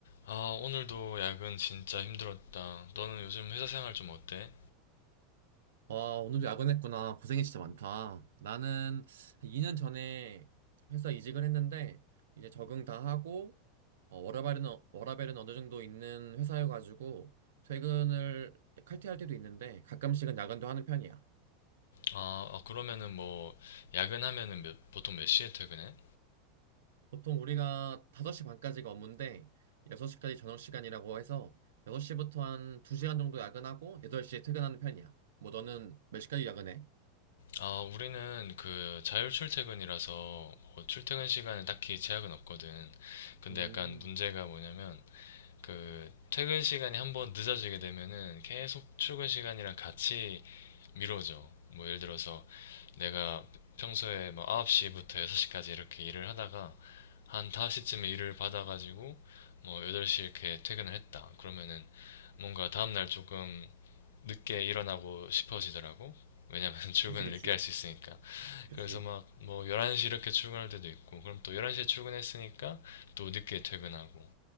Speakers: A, on the left; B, on the right.
A: 아, 오늘도 야근 진짜 힘들었다. 너는 요즘 회사 생활 좀 어때?
B: 아, 오늘도 야근했구나. 고생이 진짜 많다. 나는 2년 전에 회사 이직을 했는데, 이제 적응 다 하고, 어, 워라밸은, 어- 워라밸은 어느 정도 있는 회사여가지고, 퇴근을 칼퇴할 때도 있는데, 가끔씩은 야근도 하는 편이야.
A: 아, 아, 그러면은 뭐, 야근하면은 몇- 보통 몇 시에 퇴근해?
B: 보통 우리가 5시 반까지가 업무인데, 6시까지 저녁 시간이라고 해서, 6시부터 한 2시간 정도 야근하고, 8시에 퇴근하는 편이야. 뭐, 너는 몇 시까지 야근해?
A: 아, 우리는 그 자율 출퇴근이라서 뭐 출퇴근 시간에 딱히 제약은 없거든. 근데
B: 음,
A: 약간 문제가 뭐냐면, 그 퇴근 시간이 한번 늦어지게 되면은 계속 출근 시간이랑 같이 미뤄져. 뭐 예를 들어서 내가 평소에 뭐 9시부터 6시까지 이렇게 일을 하다가 한 5시쯤에 일을 받아가지고 뭐 8시 이렇게 퇴근을 했다. 그러면은 뭔가 다음날 조금 늦게 일어나고 싶어지더라고. 왜냐면 <laughs> 출근을
B: 그치, 그치.
A: 늦게 할 수 있으니까.
B: 그치.
A: 그래서 막 뭐 11시 이렇게 출근할 때도 있고, 그럼 또 11시에 출근했으니까 또 늦게 퇴근하고.